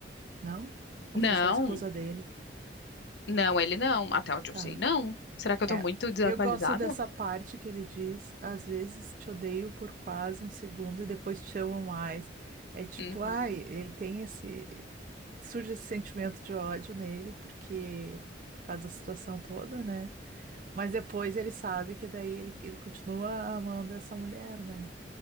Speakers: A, on the right (about 45°); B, on the left (about 70°).
A: Não? Ou
B: Não,
A: foi só a esposa dele?
B: não, ele não, até onde
A: Tá.
B: eu sei, não. Será que eu tô
A: É.
B: muito desatualizada?
A: Eu gosto dessa parte que ele diz: às vezes te odeio por quase um segundo e depois te amo mais. É tipo,
B: Uhum.
A: ai, ele tem esse. Surge esse sentimento de ódio nele, porque. Por causa da situação toda, né? Mas depois ele sabe que daí ele, ele continua amando essa mulher, né?